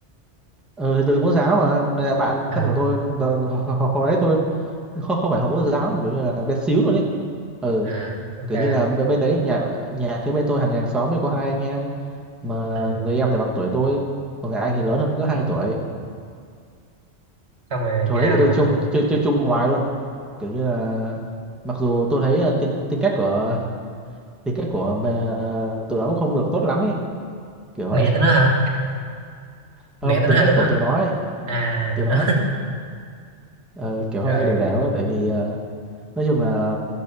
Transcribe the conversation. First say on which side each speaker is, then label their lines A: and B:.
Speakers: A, in the centre; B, on the right.
A: ừ, thì từ mẫu
B: <laughs>
A: giáo mà Nên là bạn
B: à,
A: thân của tôi đ- <laughs> hồi đấy tôi không không phải Hồng Mẫu Giáo mà kiểu như là bé xíu luôn ấy ừ
B: à ok
A: kiểu như là b- bên đấy nhà nhà cái bên tôi hàng hàng xóm ấy có hai anh em mà
B: ừ.
A: người em thì bằng tuổi tôi còn người anh thì lớn hơn có hai tuổi
B: xong rồi
A: hồi
B: như nào
A: đấy tụi tôi
B: nữa
A: chung chơi chơi chung hoài luôn kiểu như là mặc dù tôi thấy là tính tính cách của tính cách của mẹ, à, tụi nó cũng không được tốt lắm ấy kiểu vậy
B: mẹ tụi nó hả
A: <laughs> không
B: mẹ tụi
A: tính
B: nó hả
A: cách
B: tụi
A: của
B: nó
A: tụi nó ấy
B: à
A: tụi
B: tụi
A: nó
B: nó
A: ờ, kiểu
B: <laughs> rồi
A: hơi đều đều ấy, tại vì ờ, nói chung là